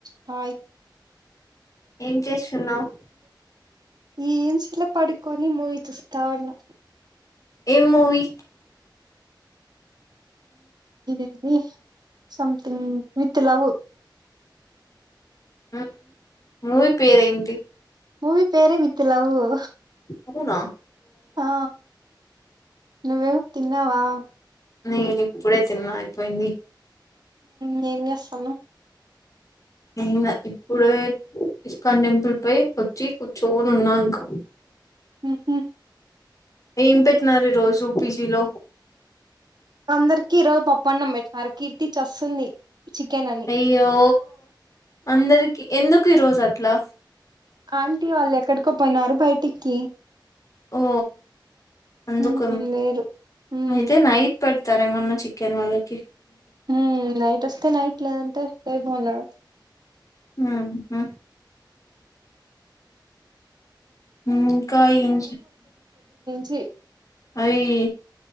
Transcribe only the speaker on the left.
ఏం చేస్తున్నావు్
ఏ మూవీ
ఆ మూవి పేరైంది
అనున
నేనీప్పుడే తిరున్నాయిపోయింది
ఇకా ఇప్పుడే ఇస్కాన్ టెంపుల్ పై వచ్చి కూచోలు ఉన్నా ఇంకా
ఏం పెట్టిన ఈ రోజు పీజీలో
అయ్యో అందరికి ఎందుకు ఈ రోజు అట్లా
ఓ అందుక
అయితే నైట్ ప తరేమన్న చికెన్ వాళ్లకి
హ ఇంకా ఏం
అయీ